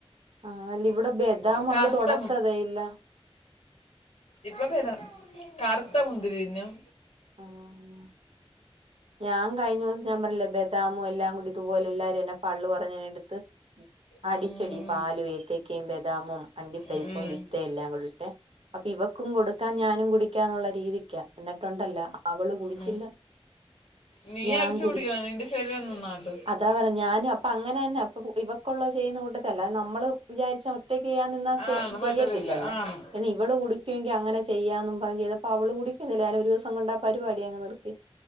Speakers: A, on the right; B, on the left.
A: ആഹല്ല ഇവിടെ ബദാം
B: കറുത്ത
A: അവള് തൊടത്തതേയില്ല
B: ഇപ്പം ഭേതാ കറുത്ത മുന്തിരി തിന്നും
A: ആഹ് ഞാൻ കഴിഞ്ഞ ദിവസം ഞാൻ പറഞ്ഞില്ലേ ബദാമും എല്ലാം കൂടി ഇതുപോലെ എല്ലാരും എന്നെ പള്ള് പറഞ്ഞ് എടുത്ത് അടിച്ചെടി
B: ഉം,
A: പാലും, ഏത്തക്കയും, ബദാമും, അണ്ടിപ്പരിപ്പും,
B: ഉം,
A: പിസ് എല്ലാം കൂടിട്ടെ അപ്പൊ ഇവക്കും കൊടുക്കാൻ ഞാനും കുടിക്കാന്നുള്ള രീതി ക്കാ എന്നിട്ടൊണ്ടല്ലേ അവള് കുടിച്ചില്ല
B: ഉം. നീ
A: ഞാൻ
B: അടിച്ചു
A: കുടിച്ച്
B: കുടിക്കണം നിന്റെ ശരീരം നന്നാവട്ട്
A: അതാ പറഞ്ഞ് ഞാന് അപ്പൊ അങ്ങനെ തന്നെ അപ്പൊ ഇവൊക്കെള്ള ചെയ്യുന്ന കൂട്ടത്തില് അല്ലാതെ നമ്മള് വിചാരിച്ച ഒറ്റക്ക് ചെയ്യാൻ നിന്നാ
B: ആ
A: ചെ ചെയ്യത്തില്ലല്ലോ
B: പറ്റത്തില്ല ആ
A: എന്നി ഇവള് കുടിക്കുവെങ്കിൽ അങ്ങനെ ചെയ്യായെന്ന് പറഞ്ഞ് ചെയ്തപ്പോ അവള് കുടിക്കുന്നില്ല ഞാനൊരു ദിവസം കൊണ്ട് ആ പരിപാടി അങ്ങ് നിർത്തി